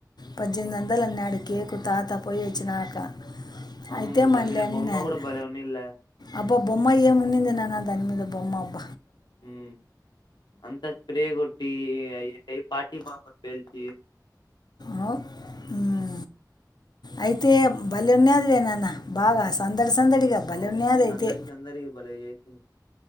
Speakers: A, on the left; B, on the left.
A: పద్జేనిమిది వందలు అన్నాడు కేకు తాత పోయి వచ్చినాక
B: అవును
A: అయితే
B: దాని
A: మళ్ళీ
B: మీీద
A: అని
B: బొమ్మ
A: నేను
B: కూడా భలేన్నిల్లా
A: అబ్బా బొమ్మ ఏం ఉనింది నాన్న దాని మీద బొమ్మ అబ్బ
B: ఉ అంత స్ప్రే కొట్టి ఎ పార్టీ మా పేల్చ
A: ఆవు హ్మ అయితే బలే ఉన్నాది లేనాన్న బాగా సందడి సందడిగా భలేనేది
B: అవు సందడి
A: అయితే
B: సందడిగా భలే చేసింది.